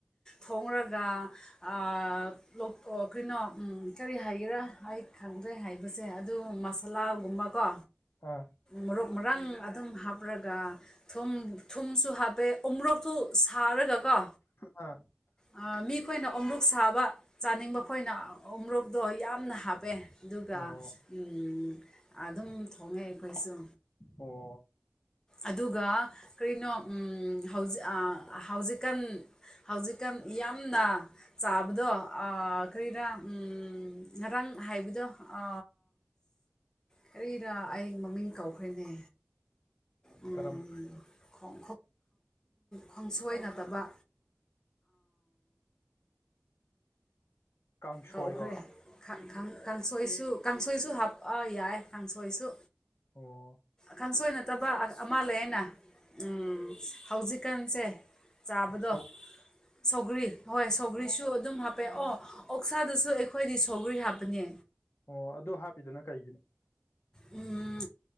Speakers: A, on the left (about 15°); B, on the left (about 85°).
A: ꯊꯣꯡꯔꯒ ꯑ ꯂꯣꯛꯑꯣ ꯀꯩꯅꯣ ꯎꯟ ꯀꯔꯤ ꯍꯥꯏꯒꯦꯔꯥ ꯑꯩ ꯈꯪꯗ꯭ꯔꯦ ꯍꯥꯏꯕꯁꯦ ꯑꯗꯨ ꯃꯁꯥꯂꯥ ꯀꯨꯕ ꯀꯣ
B: ꯑꯥ
A: ꯃꯔꯣ ꯃꯔꯥꯡ ꯑꯗꯨꯝ ꯍꯥꯞꯔꯒ ꯊꯨꯝ ꯊꯨꯝꯁꯨ ꯍꯥꯞ ꯍꯥꯐꯦ ꯎꯣꯔꯣꯛꯇꯨ ꯁꯥꯔꯒꯀꯣ
B: ꯑ
A: ꯑꯥ ꯃꯤꯈꯣꯏꯅ ꯑꯣꯃ꯭ꯔꯨꯛ ꯁꯥꯕ ꯆꯥꯅꯤꯡꯕ ꯈꯣꯏꯅ ꯎꯨꯃꯣꯛꯇꯣ ꯌꯥꯝꯅ ꯍꯥꯞꯄꯦ ꯑꯗꯨꯒ
B: ꯑꯣ
A: ꯎꯝ ꯑꯗꯨꯝ ꯊꯣꯡꯉꯦ ꯑꯩꯈꯣꯏꯁꯨ
B: ꯑꯣ
A: ꯑꯗꯨꯒ ꯀꯔꯤꯅꯣ ꯎꯝ ꯍꯧꯖꯤ ꯑ ꯍꯧꯖꯤꯛꯀꯥꯟ ꯍꯧꯖꯤꯛꯀꯥꯟ ꯌꯥꯝꯅ ꯆꯥꯕꯗꯣ ꯑ ꯀꯔꯤꯔ ꯎꯝ ꯉꯔꯥꯡ ꯍꯥꯏꯕꯗꯣ ꯑ ꯀꯔꯤꯔꯥ ꯑꯩ ꯃꯃꯤꯡ ꯀꯧꯈ꯭ꯔꯦꯅꯦ ꯎꯝ
B: ꯀꯔꯝꯕ
A: ꯈꯣꯡꯁꯣꯏ ꯅꯠꯇꯕ
B: ꯀꯥꯡꯁꯣꯏꯔꯣ
A: ꯀꯧꯈ꯭ꯔꯦ ꯈꯥ ꯈꯥ ꯀꯥꯡꯁꯣꯏꯁꯨ ꯀꯥꯡꯁꯣꯏꯁꯨ ꯍꯥꯞꯑ ꯌꯥꯏ ꯀꯥꯡꯁꯣꯏꯁꯨ
B: ꯑꯣ
A: ꯈꯪꯁꯣꯏ ꯅꯠꯇꯕ ꯑ ꯑꯃ ꯂꯩꯌꯦꯅ ꯎꯝ ꯍꯧꯖꯤꯛꯀꯥꯟꯁꯦ ꯆꯥꯕꯗꯣ
B: ꯁꯧ
A: ꯁꯧꯒ꯭ꯔꯤ ꯍꯣꯏ ꯁꯧꯒ꯭ꯔꯤꯁꯨ ꯑꯗꯨꯝ ꯍꯥꯞꯄꯦ ꯑꯣ ꯑꯣꯛꯁꯥꯗꯨꯁꯨ ꯑꯩꯈꯣꯏꯗꯤ ꯁꯧꯒ꯭ꯔꯤ ꯍꯥꯞꯄꯅꯦ
B: ꯑꯣ ꯑꯗꯨ ꯍꯥꯞꯄꯤꯗꯨꯅ ꯀꯩꯒꯤꯅꯣ
A: ꯎꯝ